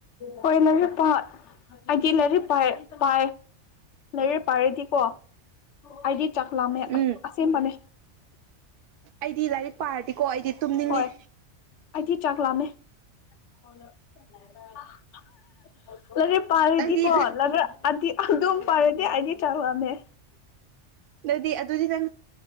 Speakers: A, on the left (about 75°); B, on the right (about 60°).
A: ꯍꯣꯏ ꯂꯥꯏꯔꯤꯛ ꯄꯥ ꯑꯩꯗꯤ ꯂꯥꯏꯔꯤꯛ ꯄꯥꯏ ꯄꯥꯏ ꯂꯥꯏꯔꯤꯛ ꯄꯥꯔꯗꯤꯀꯣ ꯑꯩꯗꯤ ꯆꯥꯛ ꯂꯥꯝꯃꯦ
B: ꯎꯝ
A: ꯑꯁꯦꯡꯕꯅꯦ
B: ꯑꯩꯗꯤ ꯂꯥꯏꯔꯤꯛ ꯄꯥꯔꯗꯤꯀꯣ ꯑꯩꯗꯤ ꯇꯨꯝꯅꯤꯡꯉꯦ
A: ꯍꯣꯏ ꯑꯩꯗꯤ ꯆꯥꯛ ꯂꯥꯝꯃꯦ <unintelligible> ꯂꯥꯏꯔꯤꯛ ꯄꯥꯔꯗꯤꯀꯣ
B: ꯅꯪꯗꯤ
A: ꯂꯥꯏꯔꯤꯛ ꯑꯗꯤ ꯑꯗꯨꯝ ꯄꯥꯔꯗꯤ ꯑꯩꯗꯤ ꯆꯥꯛ ꯂꯥꯝꯃꯦ
B: ꯑꯗꯨꯗꯤ ꯑꯗꯨꯗꯤ ꯅꯪ